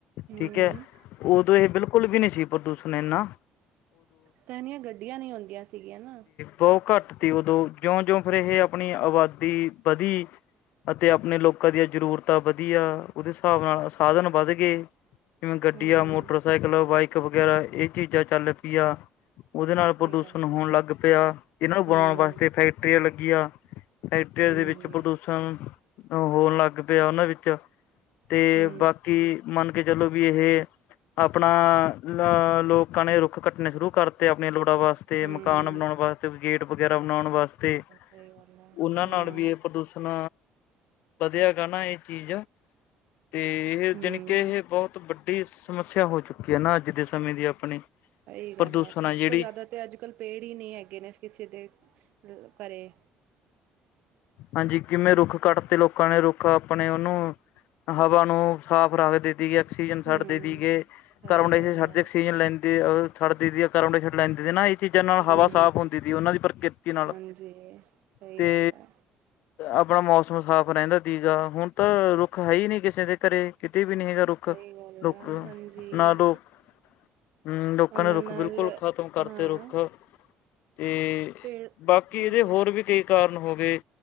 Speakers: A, on the right; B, on the left.
A: ਹੂੰ,
B: ਠੀਕ ਐ ਓਦੋ ਇਹ ਬਿਲਕੁਲ ਵੀ ਨੀ ਸੀ ਪ੍ਰਦੂਸ਼ਣ ਏਨਾ।
A: ਤਾ ਏਨੀਆਂ ਗੱਡੀਆਂ ਨੀ ਹੋਂਦੀਆਂ ਸੀਗੀਆਂ ਨਾ।
B: ਬੌ ਘੱਟ ਤੀ ਉਦੋਂ ਜਿਉਂ ਜਿਉਂ ਫਿਰ ਇਹ ਆਪਨੀ ਆਬਾਦੀ ਬਧੀ ਅਤੇ ਆਪਨੇ ਲੋਕਾਂ ਦੀਆਂ ਜ਼ਰੂਰਤਾਂ ਵਧੀਆ ਉਦੇ ਸਾਬ ਨਾਲ ਸਾਦਨ ਵੱਦ ਗੇ ਜਿਵੇਂ
A: ਹੂੰ।
B: ਗੱਡੀਆ, ਮੋਟਰਸਾਈਕਲਾ, ਬਾਈਕ ਵਗੈਰਾ ਏ ਚੀਜਾ ਚੱਲ ਪੀਆ। ਓਦੇ ਨਾਲ
A: ਸਹੀ
B: ਪ੍ਰਦੂਸ਼ਣ
A: ਗੱਲ ਐ।
B: ਹੋਣ ਲੱਗ ਪਿਆ ਇਨਾਂ ਨੂੰ
A: ਹੂੰ,
B: ਵਾਂ ਵਾਸਤੇ ਫੈਕਟਰੀਆਂ ਲੱਗੀਆ ਫੈਕਟਰੀਆ
A: ਹਾਂਜੀ
B: ਦੇ ਵਿੱਚ ਪ੍ਰਦੂਸ਼ਣ ਹੋਣ ਲੱਗ ਪਿਆ ਓਨਾਂ ਵਿੱਚ ਤੇ
A: ਹੂੰ,
B: ਬਾਕੀ ਮੰਨ ਕੇ ਚਲੋ ਬੀ ਇਹ ਆਪਨਾ ਲਾ ਲੋਕਾਂ ਨੇ ਰੁੱਖ ਕੱਟਣੇ ਸ਼ੁਰੂ ਕਰਤੇ ਆਪਨੀਆ ਲੋੜਾਂ ਵਾਸ ਤੇ
A: ਹੂੰ।
B: ਮਕਾਨ ਬਣੋਨ ਵਾਸਤੇ ਗੇਟ ਵਗੈਰਾ ਬਣੋਨ ਵਾਸਤੇ।
A: ਸਈ ਗੱਲ ਐ।
B: ਓਨਾਂ
A: ਹਾਂ,
B: ਨਾਲ ਵੀ ਐ ਪ੍ਰਦੂਸ਼ਣ ਵਧਿਆ ਗਾ ਨਾ ਏ ਚੀਜ ਤੇ ਇਹ
A: ਹੂੰ।
B: ਜਣੀ ਕਿ ਇਹ ਬੌਤ ਵੱਡੀ ਸਮੱਸਿਆ ਹੋ ਚੁੱਕੀ ਐ ਨਾ ਅੱਜ ਦੇ ਸਮੇਂ ਦੀ ਆਪਣੀ
A: ਸਹੀ ਗੱਲ
B: ਪ੍ਰਦੂਸ਼ਣ
A: ਸਭ
B: ਆ ਜੇੜੀ।
A: ਤੋਂ ਜ਼ਿਆਦਾ ਤੇ ਅੱਜ ਕੱਲ੍ਹ ਪੇੜ ਈ ਨੀ ਹੈਗੇ ਨੇ ਕਿਸੇ ਦੇ ਅ ਘਰੇ।
B: ਹਾਂਜੀ, ਕਿਵੇਂ ਰੁੱਖ ਕੱਟ ਤੇ ਲੋਕਾਂ ਨੇ ਰੁੱਖ ਆਪਣੇ ਉਨੂੰ ਹਵਾ ਨੂੰ ਸਾਫ਼ ਰੱਖਦੇ ਤੀ ਗਏ, ਆਕਸੀਜਨ
A: ਹੂੰ,
B: ਛੱਡਦੇ ਤੀ ਗੇ
A: ਸਹੀ
B: ਕਾਰਬਨ ਡਾਇਆਕਸਾਈਡ
A: ਗੱਲ
B: ਛੱਡਦੇ
A: ਐ।
B: ਆਕਸੀਜਨ ਲੈਂ ਤੇ ਛੱਡ ਦੀ ਕਾਰਬਨ ਡਾਏ ਅਕਸਾਈਡ ਲੈਂਦੀ ਸੀ ਨਾ ਚੀਜ਼ਾਂ ਨਾਲ
A: ਹੂੰ,
B: ਹਵਾ ਸਾਫ਼ ਹੁੰਦੀ ਸੀ ਓਨਾਂ ਦੀ ਪ੍ਰਕਿਰਤੀ ਨਾਲ,
A: ਹਾਂਜੀ ਸਹੀ
B: ਤੇ
A: ਗੱਲ ਐ।
B: ਆਪਣਾ ਮੌਸਮ ਸਾਫ਼ ਰਹਿੰਦਾ ਸੀਗਾ, ਹੁਣ ਤਾਂ ਰੁੱਖ ਹੈ ਹੀ ਨਹੀਂ ਕਿਸੇ ਦੇ ਘਰੇ ਕਿਤੇ ਵੀ ਨੀ ਹੈਗਾ। ਰੁੱਖ
A: ਸਹੀ ਗੱਲ
B: ਲੋ
A: ਐ ਹਾਂਜੀ,
B: ਨਾ ਲੋਕ ਹੂੰ ਲੋਕਾਂ
A: ਉਹਨਾਂ
B: ਨੇ ਰੁੱਖ
A: ਨਾਲ
B: ਬਿਲਕੁਲ ਖ਼ਤਮ ਕਰਤੇ
A: ਹਾਂ
B: ਰੁੱਖ। ਤੇ
A: ਪੇੜ
B: ਬਾਕੀ
A: ਹਾਂ-ਹਾਂ।
B: ਏਦੇ ਹੋਰ ਵੀ ਕਈ ਕਾਰਨ ਹੋ ਗਏ।